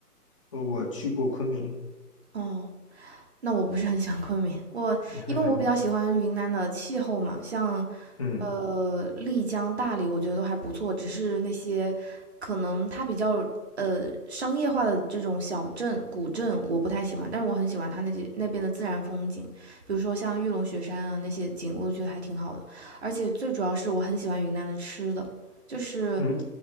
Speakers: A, on the left; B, on the right.
A: 我去过昆明。
B: 哦，那我不是很喜欢昆明，我因为我比较喜欢云南的气候嘛，
A: <laughs>
B: 像
A: 嗯
B: 呃丽江、大理，我觉得都还不错，只是那些可能它比较呃商业化的这种小镇、古镇，我不太喜欢，但是我很喜欢它那些那边的自然风景，比如说像玉龙雪山啊那些景，我觉得还挺好的，而且最主要是我很喜欢云南的吃的，就是
A: 嗯，